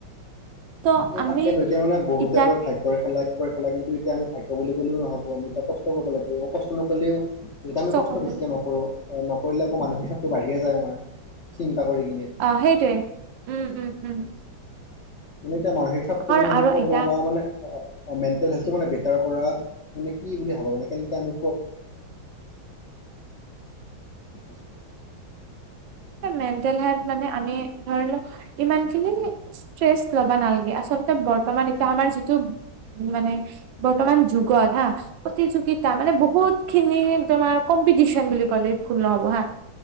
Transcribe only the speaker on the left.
এই
তাকেটো এতিয়া মানে বহুতিয়া
কৈ ভাই গৰ খেলা কিবা খেলা এতিয়া আমি ভাগ্য বুলি ক'লেও নহ'ব আমি এয়া কষ্ট কৰিব লাগিব অ কষ্ট নকৰিলেও যেতিয়া আমি কষ্ট
বেছিকৈ
নকৰোঁ, নকৰিলে আকৌ মানসিক চাপটো বাঢ়িয়ে যায় আমাৰ চিন্তা কৰি কিনে।
মানে এতিয়া মানসিক চাপটো
মানে আমি
কমোৱা
বা মানে মেণ্টেল হেলটো মানে বেটাৰ কৰা মানে কি বুলি ভাব মানে কেনকে আমি <unintelligible> <unintelligible>